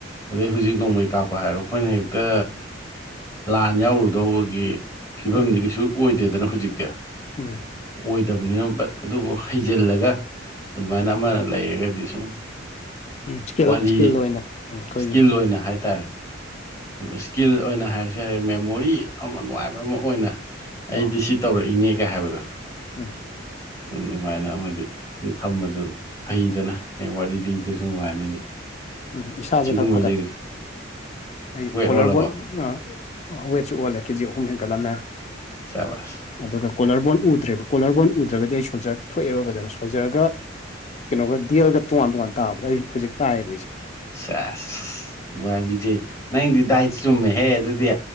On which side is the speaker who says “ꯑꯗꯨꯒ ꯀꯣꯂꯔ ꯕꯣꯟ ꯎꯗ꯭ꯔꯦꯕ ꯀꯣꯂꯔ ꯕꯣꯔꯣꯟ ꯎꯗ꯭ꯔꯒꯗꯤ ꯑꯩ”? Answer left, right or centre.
Left